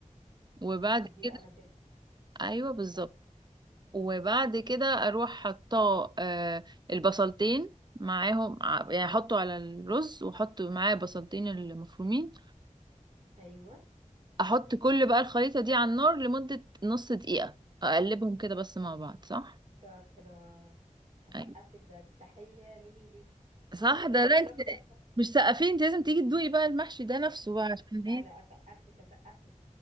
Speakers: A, on the right; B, on the right.
A: وبعد
B: دي
A: كده
B: بقى مزاج
A: ايوه بالظبط
B: شاطر
A: وبعد كده اروح حطاه آه، البصلتين معاهم ع- يعني احطه على الرز واحط معاه بصلتين المفرومين
B: ايوه
A: واحط كل بقى الخليطة دي على النار لمدة نص دقيقة اقلبهم كده بس مع بعض صح
B: شاطرة اسقف
A: ايوه
B: لك بقى تحية مني ليكي
A: صح
B: بس
A: ده لا
B: يا
A: انت
B: رب بقى
A: مش سقفين انت لازم تيجي تدوقي بقى المحشي ده نفسه بقى
B: اهو
A: عشان
B: لا
A: ايه
B: لا اسقف لك اسقف لك